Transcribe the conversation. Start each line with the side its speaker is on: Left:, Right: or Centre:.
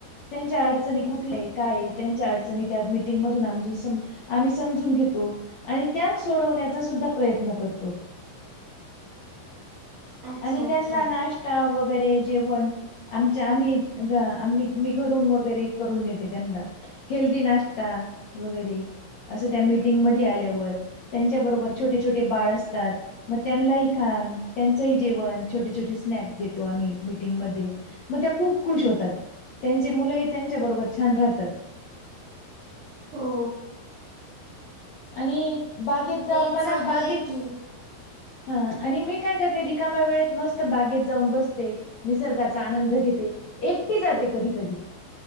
Left: त्यांच्या अडचणी कुठल्या आहे काय आहे त्यांच्या अडचणी त्या मीटिंगमधून समजू आम्ही समजून घेतो आणि त्या सोडवण्याचा सुद्धा प्रयत्न करतो.
Right: अच्छा
Left: आणि
Right: अच्छा
Left: त्यांना नाश्ता वगैरे जेवण आमच्या आम्ही ग आम्ही मी घरून वगैरे करून नेते त्यांना. हेल्दी नाश्ता वगैरे असं त्या मीटिंग मध्ये आल्यावर त्यांच्या बरोबर छोटे छोटे बाळ असतात मग त्यांला ही खा त्यांचंही जेवण छोटे छोटे स्नॅक देतो आम्ही मिटिंगमध्ये मग त्या खूप खुश होतात. त्यांची मुलंही त्यांच्याबरोबर छान राहतात.
Right: हो
Left: आणि बागेत जवा
Right: नाही चांगलं
Left: मला बागेत-
Right: आहे की.
Left: हा आणि मी- काय करते रिकाम्या वेळेत मस्त बागेत जाऊन बसते निसर्गाचा आनंद घेते. एकटी जाते कधी कधी